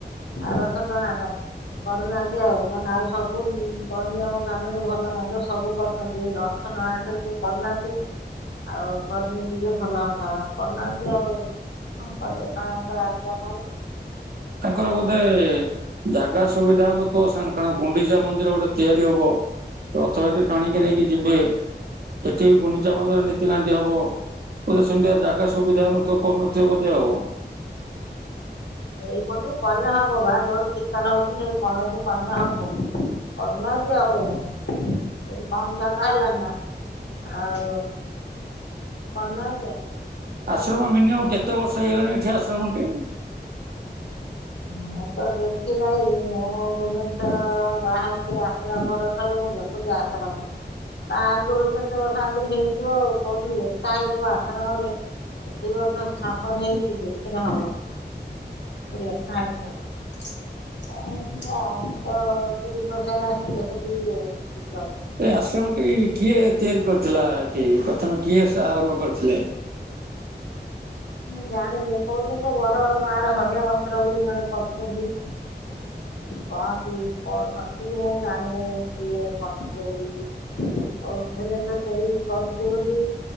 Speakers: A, on the left; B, on the right.
A: ଆଉ ରଥ ଟଣା ଟା କରୁନାହାନ୍ତି ଆଉ ନହେଲେ ଆଉ ସବୁ ନିୟମ କାନୁନ ଭଲ ମନ୍ଦ ସବୁ କରୁଛନ୍ତି ଏଇ ରଥ। ରଥ ଟଣା ଟା ଟିକେ କରୁନାହାନ୍ତି ଆଉ କରିଲେ ଟିକେ ଭଲ ହୁଅନ୍ତା। କରନାହାନ୍ତି ଆଉ କଣ କରିବା ତାଙ୍କର ଆଜ୍ଞା ନାହିଁ।
B: ତାଙ୍କର ବୋଧେ। ଜାଗା ସୁବିଧା ହେଉ ନଥିବ ସେମାନେ କାରଣ ଗୁଣ୍ଡିଚା ମନ୍ଦିର ଗୋଟେ ତିଆରି ହବ। ରଥ ଏଠି ଟାଣିକି ନେଇକି ଯିବେ। ଏଠି ବି ଗୁଣ୍ଡିଚା ମନ୍ଦିର ନୀତିକାନ୍ତି ହବ ବୋଧେ ସେମିତିଆ ଜାଗ। ଜାଗା ସୁବିଧା ହଉ ନଥିବ କରୁନଥିବେ ବୋଧେ ଆଉ।
A: ଏଇପଟୁ କନେ ହବ ବା ଯୋଉଠୁ କୀର୍ତ୍ତନ ହଉଛି ସେ କଣକୁ କନେ ହବ। କରୁନାହାନ୍ତି ଆଉ ସେଇଠି କଣ ଜାଗା ହେଲାଣି ନା। ଆଉ କଣ ନେଉଛ?
B: ଆଶ୍ରମ ମିନିମମ୍ କେତେ ବର୍ଷ ହେଇଗଲାଣି ଏଠି ଆଶ୍ରମଟିେ? <unintelligible>
A: ମୁଁ ତ ଦେଖି ନାଇ ମୁଁ ଭୁବନେଶ୍ଵର ବାହାରିକି ଆସିଲା ପରଠାରୁ ମୁଁ ଦେଖି <unintelligible> ତା ଆଗରୁ କେତେ ବର୍ଷ ଆଗରୁ ହେଇଥିବ ଆଉ କୋଉଠି ଲେଖା ହେଇଥିବ ଆଶ୍ରମରେ। ଏତିକି ବାଟ ସ୍ଥାପନ ହେଇଛି ଦେଖିଲେ ହବ <unintelligible> <unintelligible> ହ କ ମୁ ତ ତିରିଶଳିସ ହେଲା ସେମିତି ଦେଖଛିି
B: ଏ ଆଶ୍ରମଟି କିଏ ତିଆରି କରିୁଥିଲା ଏଠି ପ୍ରଥମେ କିଏ ସେ ଆରମ୍ଭ କରିୁଥିଲେ?
A: ମୁ ଜାଣିନି କହୁଛନ୍ତି ତ ବରଗଡ ଗାଁ ର ହଡିଆ ବସ୍ତ୍ର ବୋଲି ଜଣେ କରୁଛନ୍ତି।
B: <unintelligible>
A: କହନ୍ତି ସଠିକ ମୁଁ ଜାଣିନି କିଏ କରିଥିବେ ବୋଲି। କହୁଥିଲେ ତ ସେଇ କରିଛି ବୋଲି।